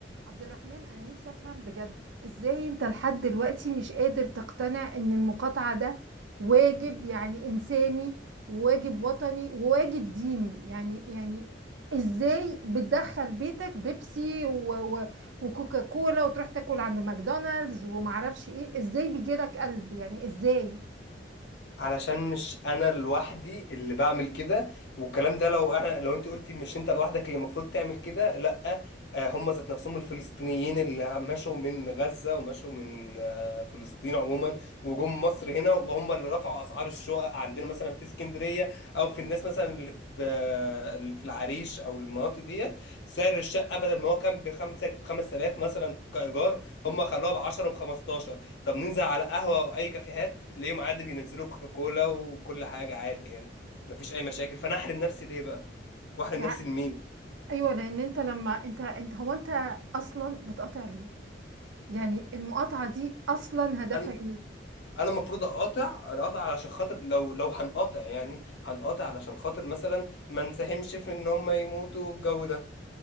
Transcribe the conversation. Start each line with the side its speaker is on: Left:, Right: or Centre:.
Right: عبد الرحمن أنا نفسي أفهم بجد إزاي أنت لحد دلوقتي مش قادر تقتنع إن المقاطعة ده واجب يعني إنساني وواجب وطني وواجب ديني يعني يعني إزاي بتدخل بيتك بيبسي و و وكوكا كولا وتروح تاكل عند ماكدونالدز ومعرفش إيه إزاي بيجيلك قلب يعني إزاي
Left: علشان مش انا لوحدي اللي بعمل كده والكلام ده لو انا لو انت قلتي مش انت لوحدك اللي المفروض تعمل كده لا آه، هم ذات نفسهم الفلسطينيين اللي مشوا من غزة ومشوا من آه، فلسطين عموما وجم مصر هنا وهم اللي رفعوا اسعار الشقق عندنا مثلا في اسكندرية او في الناس مثلا اللي في آه، اللي في العريش او المناطق ديت سعر الشقة بدل ما هو كان بخمسة بخمس آلاف مثلا كإيجار هم خلوها ب 10 وب 15 طب ننزل على قهوة او اي كافيهات تلاقيهم عادي بينزلوا كوكا كولا وكل حاجه عادي يعني مفيش اي مشاكل فانا احرم نفسي ليه بقى واحرم
Right: يعني
Left: نفسي لمين
Right: أيوة لأن أنت لما أنت أنت هو أنت أصلا بتقاطع ليه يعني المقاطعة دي أصلا هدفها
Left: انا
Right: إيه
Left: انا المفروض اقاطع اقاطع علشان خاطر لو لو هنقاطع يعني هنقاطع علشان خاطر مثلا ما نساهمش في ان هم يموتوا الجو ده